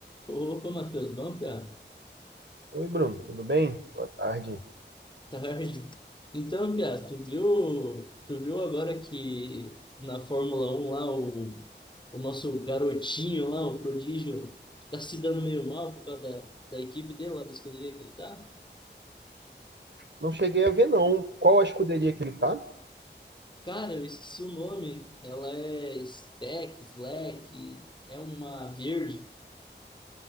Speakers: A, on the left (about 25°); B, on the right (about 70°).
A: Opa, Matheus, bom, piá?
B: Oi, Bruno, tudo bem? Boa tarde.
A: Tarde. Então, piá, tu viu, tu viu agora que na Fórmula Um lá, o, o nosso garotinho lá, o prodígio, tá se dando meio mal por causa da, da equipe dele, lá da escuderia que ele tá?
B: Não cheguei a ver, não. Qual a escuderia que ele tá?
A: Cara, eu esqueci o nome. Ela é Stack, Slack, é uma verde.